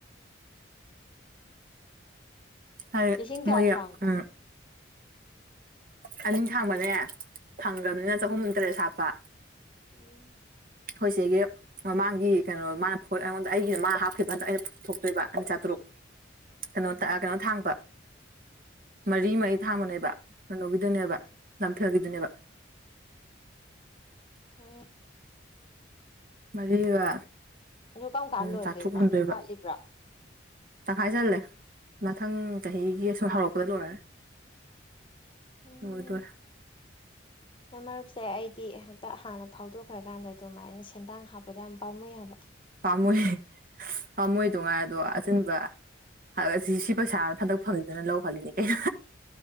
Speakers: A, on the right; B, on the left.
A: ꯍꯥꯏꯦ
B: ꯂꯤꯁꯤꯡ ꯀꯌꯥ
A: ꯃꯌꯥ
B: ꯊꯥꯡꯕ
A: ꯎꯝ ꯈꯅꯤꯡ ꯊꯥꯡꯕꯅꯦ ꯐꯪꯗ꯭ꯔꯕꯅꯤꯅ ꯆꯍꯨꯝ ꯇꯔꯦꯠ ꯁꯥꯞꯄ
B: ꯎꯝ
A: ꯑꯩꯈꯣꯏꯁꯤꯒꯤ ꯃꯃꯥꯡꯒꯤ ꯀꯩꯅꯣ ꯃꯥꯅ ꯑꯩꯉꯣꯟꯗ ꯑꯩꯒꯤ ꯃꯥ ꯍꯥꯞꯈꯤꯕ ꯍꯟꯗꯛꯇ ꯑꯩꯅ ꯊꯣꯛꯇꯣꯏꯕ ꯑꯩꯅ ꯆꯥꯇꯔꯨꯛ ꯀꯩꯅꯣ
B: ꯎꯝ
A: ꯀꯩꯅꯣ ꯊꯥꯡꯕ ꯃꯔꯤ ꯃꯔꯤ ꯊꯥꯡꯕꯅꯦꯕ ꯀꯅꯧꯕꯒꯤꯗꯨꯅꯦꯕ
B: ꯎꯝ
A: ꯅꯝꯊꯒꯤꯗꯨꯅꯦꯕ
B: ꯎꯝ
A: ꯃꯔꯤꯒ
B: ꯑꯗꯨ ꯀꯔꯝ ꯀꯥꯟ ꯂꯣꯏꯗꯣꯏꯕ
A: ꯆꯥꯇ꯭ꯔꯨꯛ ꯍꯨꯝꯗꯣꯏꯕ
B: ꯋꯥꯠꯂꯤꯕ꯭ꯔꯣ
A: ꯇꯪꯈꯥꯏꯁꯜꯂꯦ ꯃꯊꯪ ꯆꯍꯤꯒꯤ ꯑꯁꯨꯝ ꯍꯧꯔꯛꯄꯗ ꯂꯣꯏꯔꯔꯦ
B: ꯎꯝ
A: ꯍꯣꯏꯗ
B: ꯅ ꯃꯔꯨꯞꯁꯦ ꯑꯩꯗꯤ ꯍꯦꯛꯇ ꯍꯥꯟꯅ ꯐꯥꯎꯗꯣꯛꯈ꯭ꯔꯀꯥꯟꯗ ꯑꯗꯨꯃꯥꯏꯅ ꯁꯦꯟꯗꯥꯡ ꯍꯥꯞꯄꯗ ꯌꯥꯝ ꯄꯥꯝꯃꯩꯑꯕ
A: ꯄꯥꯝꯃꯣꯏ ꯄꯥꯝꯃꯣꯏ ꯉꯥꯏ ꯑꯗꯣ ꯑꯆꯤꯟꯕ ꯑꯁꯤ ꯁꯤ ꯄꯩꯁꯥ ꯐꯟꯗꯛ ꯐꯪꯉꯤꯗꯅ ꯂꯧ ꯈꯜꯂꯤꯅꯤ ꯀꯩꯅ